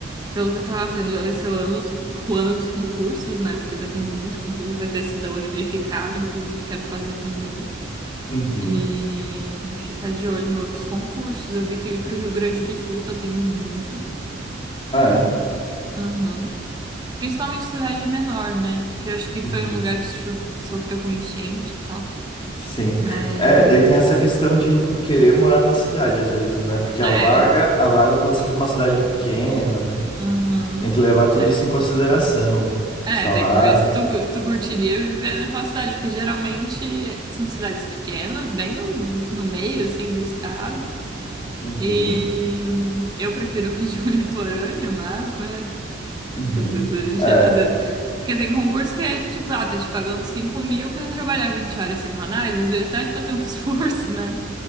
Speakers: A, on the right (about 20°); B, on the left (about 25°).
A: pelo que eu tava vendo, vai ser o ano, o ano dos concursos, né? Porque vai ter muito concurso, vai ter Sidão unificado, inclusive quero fazer também.
B: Uhum.
A: E ficar de olho em outros concursos. Eu vi que pro Rio Grande do Sul tá tendo muito.
B: Ah, é?
A: Uhum. Principalmente cidade menor, né? Que eu acho que
B: Uhum.
A: foi um lugar que cho- sofreu com enchente e tal.
B: Sim.
A: Mas.
B: É, daí tem essa questão de querer morar na cidade, às vezes, né? Porque
A: É.
B: a vaga, a vaga pode ser para uma cidade pequena, né?
A: Uhum.
B: Tem que levar tudo
A: É.
B: isso em consideração, né?
A: É,
B: Salário.
A: tem que ver se tu, tu curtiria viver naquela cidade, porque geralmente são cidades pequenas, bem no, no meio, assim, do estado.
B: Uhum.
A: E hum, eu prefiro <laughs> região litorânea, mas, né,
B: Uhum.
A: às vezes a gente,
B: É.
A: às vezes... Porque tem concurso que é, tipo, ah, tá te pagando cinco mil pra trabalhar 20 horas semanais, às vezes dá de fazer um <laughs> esforço, né?